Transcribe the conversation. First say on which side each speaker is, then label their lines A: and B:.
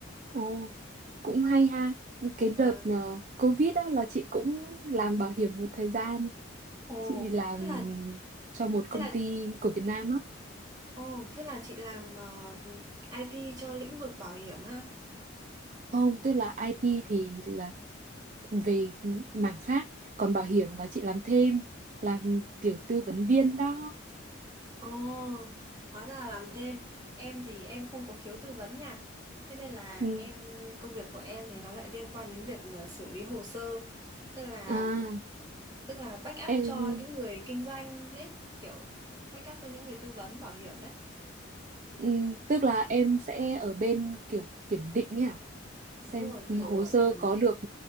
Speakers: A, on the right; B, on the right.
A: ồ, cũng hay ha. Cái
B: Vâng.
A: đợt ờ, Covid đó là chị cũng làm bảo hiểm một thời gian.
B: Ồ,
A: Chị làm
B: thế là
A: cho một
B: thế
A: công
B: là
A: ty của Việt Nam á.
B: ồ, thế là chị làm ờ, IT cho lĩnh vực bảo hiểm ha.
A: Không, tức là IT thì là về mảng khác còn bảo hiểm là chị làm thêm làm kiểu tư vấn viên đó
B: Ồ, hóa ra là làm thêm. Em thì em không có khiếu tư vấn nha. Thế nên là
A: ừ.
B: em công việc của em thì nó lại liên quan đến việc ờ, xử lý hồ sơ. Tức là
A: à
B: tức là backup
A: em
B: cho những người kinh doanh đấy kiểu backup cho những người tư vấn bảo hiểm đấy
A: ừ, tức là em sẽ ở bên kiểu kiểm định ấy à xem
B: đúng rồi
A: hồ
B: kiểu ờ,
A: sơ
B: thẩm
A: có
B: định
A: được